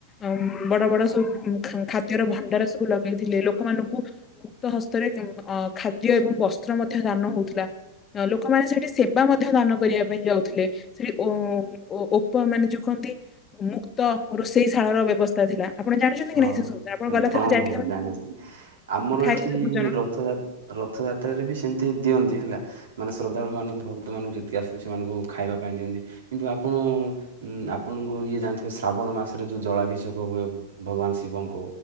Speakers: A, on the left; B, on the right.
A: ଆଉ ବଡ ବଡ ସବୁ ଖାଁ ଖାଦ୍ୟର ଭଣ୍ଡାର ସବୁ ଲଗେଇଥିଲେ ଲୋକମାନଙ୍କୁ ମୁକ୍ତ ହ ଭିତରେ ଅ ଖାଦ୍ୟ ଏବଂ ବସ୍ତ୍ର ମଧ୍ୟ ଦାନ ହଉଥିଲା। ଅ ଲୋକମାନେ ସେଠି ସେବା ମଧ୍ୟ ଦାନ କରିବା ପାଇଁ ଯାଉଥିଲେ। ସେଠି ଓ ଓ ଓପ ମାନେ ଯୋଉ କହନ୍ତି ମୁକ୍ତ ରୋଷେଇ ଶାଳା ର ବ୍ୟବସ୍ଥା ଥିଲା। ଆପଣ ଜାଣିଛନ୍ତି କି
B: ଅଁ
A: ନାହିଁ ସେ ସବୁ ଆପଣ ଗଲାଥରକ
B: ହଁ
A: ଯାଇଥିଲେ
B: ଜାଣିଛି ଆମର
A: ଖାଇଥିଲେ
B: ଏଠି
A: ଭୋଜନ
B: ରଥଯା ରଥଯାତ୍ରାରେ ବି ସେମିତି ଦିଅନ୍ତି ହେଲା। ମାନେ ଶ୍ରଦ୍ଧାଳୁ ମାନଙ୍କୁ ଭକ୍ତ ମାନଙ୍କୁ ଯେତିକି ଆସନ୍ତି ସେମାନଙ୍କୁ ଖାଇବା ପାଇଁ ଦିଅନ୍ତି। କିନ୍ତୁ ଆପଣ ଉଁ ଆପଣଙ୍କୁ ଇଏ ଜାଣିଥିବେ ଶ୍ରାବଣ ମାସରେ ଯୋଉ ଜଳାଭିଷେକ ହୁଏ। ଭଗବାନ ଶିବଙ୍କୁ